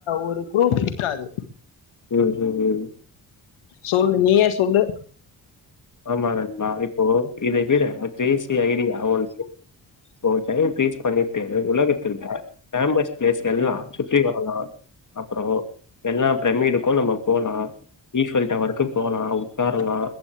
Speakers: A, on the left (about 75°); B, on the left (about 35°).
A: ஒர் ரு குரூப் இருக்காது
B: உம் உம் உம்
A: சொல்லு நீயே சொல்லு
B: ஆமா நண்பா இப்போ இதை விட ஒரு கிரேசி ஐடியா <unintelligible> ஒரு டைம் இன்கிரீஸ் பண்ணிட்டு ஒ உலகத்தில் உள்ள ஃபேமஸ் பிளேஸ்க எல்லா சுற்றி வரலா அப்றோ எல்லா பிரம்மிடுக்கு நம்ம போலா ஈஃபிள்டவருக்கு போலா உக்காரலா